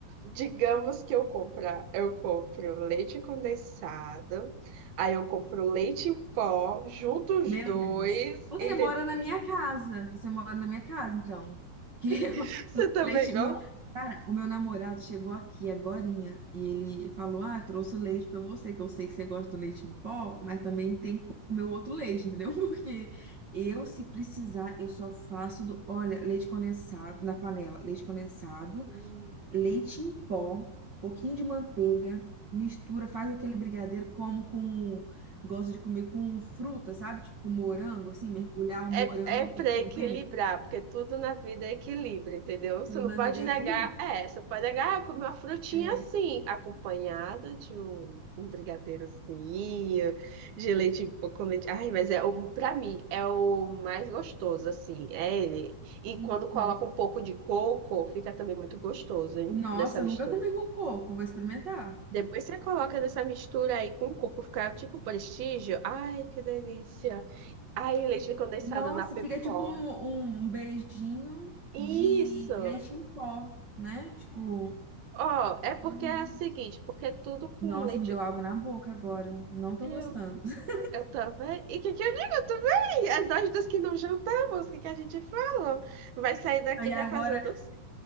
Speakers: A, on the right (about 75°); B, on the right (about 35°).
A: digamos que eu compra, eu compro leite condensado, aí eu compro leite em pó, junto os
B: Meu
A: dois,
B: Deus. Você
A: entendeu?
B: mora na minha casa. Você mora na minha casa, então. Que eu,
A: <laughs>
B: <laughs>
A: Você
B: o
A: também
B: leite,
A: gosta?
B: meu, cara, o meu namorado chegou aqui agorinha e ele falou: "Ah, trouxe o leite pra você, que eu sei que você gosta do leite em pó, mas também tem que comer o outro leite, entendeu? <laughs> Porque eu, se precisar, eu só faço do, olha, leite condensado na panela, leite condensado
A: Você-
B: leite em pó, pouquinho de manteiga, mistura, faz aquele brigadeiro, como com, gosto de comer com fruta, sabe? Tipo com morango, assim, mergulhar o
A: É,
B: morango
A: é para
B: e comer.
A: equilibrar, porque tudo na vida é equilíbrio, entendeu? Você
B: Tudo
A: não
B: na
A: pode
B: vida é
A: negar,
B: equilíbrio.
A: é, você pode negar, ah, comer uma frutinha
B: É.
A: assim, acompanhada de um, um brigadeirozinho, de leite em pó com leite. Ai, mas é, o- pra mim, é o mais gostoso, assim, é ele. E
B: Uhum.
A: quando coloca um pouco de coco, fica também muito gostoso, hein?
B: Nossa,
A: Nessa
B: eu
A: mistura.
B: nunca comi com coco, vou experimentar.
A: Depois você coloca nessa mistura aí com coco, fica tipo prestígio. Ai, que delícia. Ai, leite condensado
B: Nossa,
A: na pipoca.
B: fica tipo um, um um beijinho
A: Isso.
B: de leite em pó, né? Tipo,
A: Ó, é porque
B: Uhum.
A: é a seguinte, porque é tudo com
B: nossa,
A: leite.
B: me deu água na boca agora. Não tô
A: Eu,
B: gostando. <laughs>
A: eu também. E o que que eu digo? Eu também. É nós dos que não jantamos, o que que a gente fala? Vai sair daqui
B: E agora
A: já fazendo. doce.